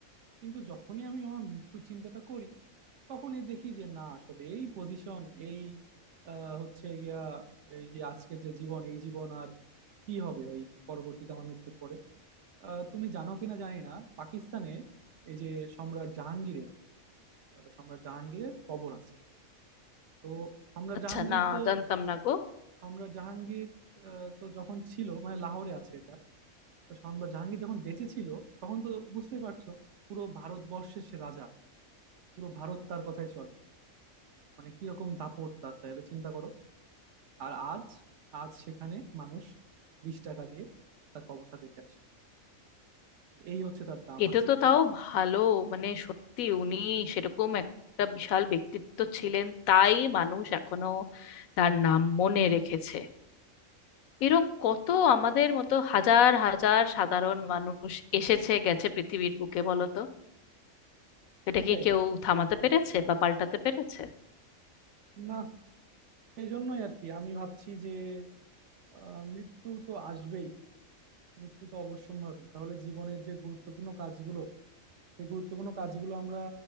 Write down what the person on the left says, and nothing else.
আচ্ছা
না
জানতাম না গো
এটা
তো তাও ভালো মানে সত্যি উনি সেরকম একটা বিশাল ব্যক্তিত্ব ছিলেন তাই মানুষ এখনো তার নাম মনে রেখেছে এরম কত আমাদের মতো হাজার হাজার সাধারণ মানুষ এসেছে গেছে পৃথিবীর বুকে বলো তো এটা
কি কেউ থামাতে পেরেছে বা পাল্টাতে পেরেছে